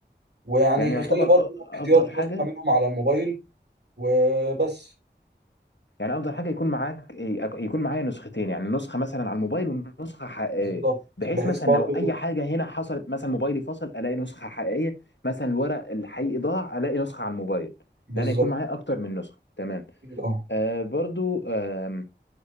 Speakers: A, on the right; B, on the left.
A: ويعني
B: يعني يعتبر
A: يخلي برضو
B: أ- افضل
A: احتياطي
B: حاجه
A: نسخة منهم على الموبايل وبس
B: يعني افضل حاجه يكون معاك إيه، يكون معايا نسختين يعني نسخه مثلا على الموبايل ونسخه حقيقيه
A: بالظبط
B: بحيث
A: بحيث
B: مثلا
A: برضو
B: لو اي حاجه هنا حصلت مثلا موبايلي فصل الاقي نسخه حقيقيه مثلا الورق الحقيقي ضاع الاقي نسخه على الموبايل
A: بالظبط
B: ان انا يكون معايا اكتر من نسخه تمام
A: أكيد اه
B: آه برضو آه